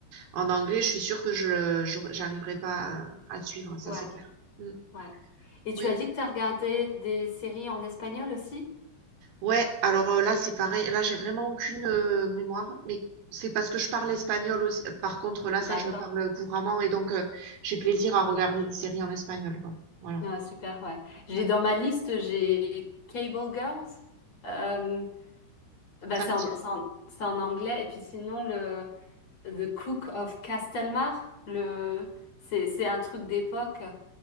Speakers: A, on the right; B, on the left.
A: en anglais, je suis sûre que je le- j'aurais- j'arriverais pas à à suivre, ça
B: Ouais,
A: c'est clair. Mm.
B: ouais. Et tu
A: Oui,
B: as
A: oui.
B: dit que tu as regardé des séries en espagnol aussi?
A: Ouais, alors euh, là c'est pareil, là j'ai vraiment aucune euh, mémoire, mais c'est parce que je parle espagnol aussi. Par contre là
B: D'accord.
A: ça je le parle couramment et donc euh, j'ai plaisir à regarder des séries en espagnol quoi. Voilà.
B: Ouais, super, ouais. J'ai
A: Ouais,
B: dans ma liste, j'ai Cable Girls. Euh, bah,
A: ça
B: c'est
A: me
B: en,
A: tire.
B: c'est en, c'est en anglais. Et puis sinon, le The Cook of Castelmar, le, c'est, c'est un truc d'époque.